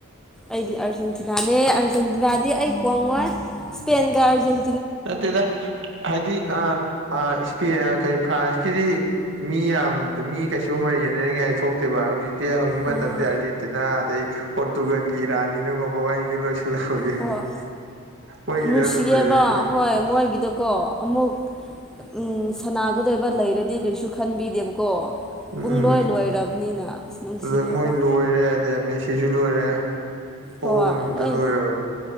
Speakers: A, in the centre; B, on the right.
A: ꯑꯩꯗꯤ ꯑꯥꯔꯖꯦꯟꯇꯤꯅꯥꯅꯦ ꯑꯥꯔꯖꯦꯟꯇꯤꯅꯥꯗꯤ ꯑꯩ ꯍꯣꯡꯉꯣꯏ ꯁ꯭ꯄꯦꯟꯒ ꯑꯥꯔꯖꯦꯟ
B: ꯅꯠꯇꯦꯗ ꯍꯥꯏꯗꯤ ꯑꯥ ꯑꯥ ꯏꯁꯄꯦꯟ ꯀꯔꯤ ꯐ꯭ꯔꯥꯟꯁꯀꯤꯗꯤ ꯃꯤ ꯌꯥꯝ ꯃꯤ ꯀꯩꯁꯨ ꯃꯔꯤ ꯌꯦꯠꯅꯅꯤꯡꯉꯥꯏ ꯊꯣꯛꯇꯦꯕ ꯍꯧꯖꯤꯛ ꯗꯦ ꯍꯧꯖꯤꯛ
A: ꯑꯥ
B: ꯃꯇꯝꯖꯦ ꯑꯥꯔꯖꯦꯟꯇꯤꯅꯥ ꯑꯗꯩ ꯄꯣꯔꯇꯨꯒꯟꯒꯤ ꯏꯔꯥꯅꯤꯅꯀꯣ ꯃꯕꯥꯏꯅꯤꯒꯤ ꯂꯣꯏꯁꯤꯜꯂꯛꯄꯒꯤ
A: ꯍꯣꯏ
B: ꯃꯣꯏꯒꯤꯗ
A: ꯅꯨꯡꯁꯤꯌꯦꯕ
B: ꯑꯗꯨꯝ ꯂꯩꯕꯅꯤꯅ
A: ꯍꯣꯏ ꯃꯣꯏꯒꯤꯗꯣꯀꯣ ꯑꯃꯨꯛ ꯎꯝ ꯁꯅꯥꯒꯗꯣꯏꯕ ꯂꯩꯔꯗꯤ ꯀꯩꯁꯨ ꯈꯟꯕꯤꯗꯦꯕꯀꯣ
B: ꯎꯝ
A: ꯄꯨꯡꯂꯣꯏ ꯂꯣꯏꯔꯕꯅꯤꯅ ꯑꯁ ꯅꯨꯡꯁꯤꯌꯦꯕ
B: ꯑꯗ ꯃꯣꯏ ꯂꯣꯏꯔꯦ ꯖꯦ ꯃꯦꯁꯤꯁꯨ ꯂꯣꯏꯔꯦ ꯄꯣꯍꯧꯕ
A: ꯍꯣꯏ
B: ꯅꯨꯃꯤꯠꯇ
A: ꯂꯣꯏ
B: ꯂꯣꯏꯔꯕꯅꯦ